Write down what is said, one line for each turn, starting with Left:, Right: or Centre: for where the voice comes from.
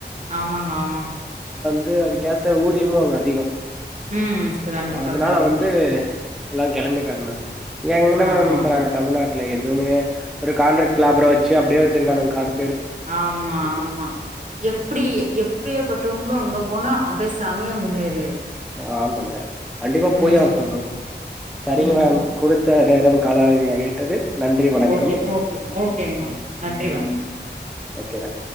Right: ஆமாங்க ஆமா
Centre: து அதுக்கு ஏத்த ஊதியமு அங்க அதிக
Right: ம் கண்டிப்பா
Centre: அதுனால
Right: கண்டிப்பா
Centre: வந்து எல்லா கெளம்பிட்டாங்க மேம் எங்கன
Right: ஆமா
Centre: மேம்
Right: ஆமா
Centre: போறாங்க தமிழ்நாட் ல்ல எதுவுமே ஒரு கான்ட்ரக்ட் லேபர வச்சு அப்டியே வச்சிருக்கானுங் கடை
Right: ஆமா ஆமா எப்டி எப் பிரியப்பட்டவ்ங்களு அங்க போனா அப்டியே செமைய முன்னேறி
Centre: அ ஆமங்க கண்டிப்பா போயே
Right: ம்
Centre: ஆகணு அங்க சரிங்க
Right: ம்
Centre: மேம் குடுத்த நேரம் காலாவதியாகிவிட்டது நன்றி வணக்கம்
Right: ஓகே ஓகே ஓகேங்க நன்றி வணக்
Centre: ஓகேதா